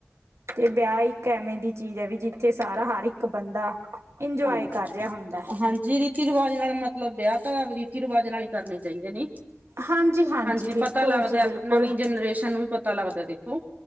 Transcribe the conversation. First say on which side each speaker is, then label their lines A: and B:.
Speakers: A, on the right (about 90°); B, on the right (about 35°).
A: ਤੇ ਵਿਆਹ ਇੱਕ ਐਵੇਂ ਦੀ ਚੀਜ਼ ਹੈ ਵੀ ਜਿੱਥੇ ਸਾਰਾ ਹਰ ਇੱਕ ਬੰਦਾ ਇੰਜੋਏ
B: ਹਾਂਜੀ
A: ਕਰ ਰਿਹਾ ਹੁੰਦਾ
B: ਹਾਂਜੀ ਰੀਤੀ ਰਿਵਾਜ ਨਾਲ ਮਤਲਬ ਵਿਆਹ ਤਾਂ ਰੀਤੀ ਰਿਵਾਜ ਨਾਲ ਹੀ ਕਰਨੇ ਚਾਹੀਦੇ ਨੇ।
A: ਹਾਂਜੀ
B: ਹਾਂਜੀ
A: ਬਿਲਕੁਲ
B: ਪਤਾ ਲੱਗਦਾ
A: ਜੀ ਬਿਲਕੁਲ
B: ਨਵੀਂ ਜਨਰੇਸ਼ਨ ਨੂੰ ਵੀ ਪਤਾ ਲੱਗਦਾ ਦੇਖੋ।